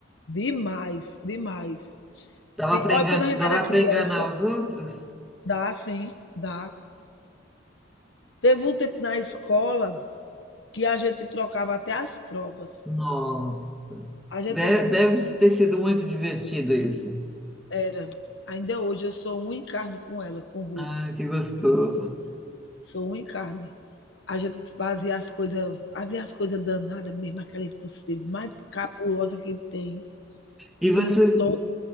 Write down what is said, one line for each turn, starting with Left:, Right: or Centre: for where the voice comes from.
Left: Demais, demais.
Centre: Dava
Left: Tem
Centre: para
Left: olha,
Centre: enganar,
Left: quando a gente
Centre: dava
Left: era criança,
Centre: para enganar os outros?
Left: dá sim, dá. Teve um tempo na escola que a gente trocava até as provas.
Centre: Nossa,
Left: A gente
Centre: deve, deve ter sido muito divertido isso.
Left: era ainda hoje eu sou um em carne com ela, com Ruth,
Centre: Ah, que gostoso.
Left: minha irmã, sou um em carne. A gente fazia as coisas fazia as coisas danadas, mesmo, aquela impossível, mais cabulosa que tem.
Centre: E vocês,
Left: E todo